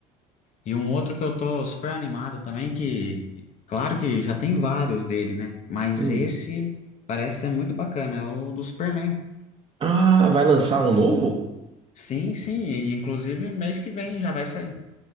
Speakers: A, on the left; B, on the right.
A: e um outro que eu tô super animado também, que claro que já tem vários dele, né? Mas
B: hum.
A: esse parece ser muito bacana, é o do Superman.
B: Ah, vai lançar um novo?
A: Sim, sim, e inclusive mês que vem já vai sair.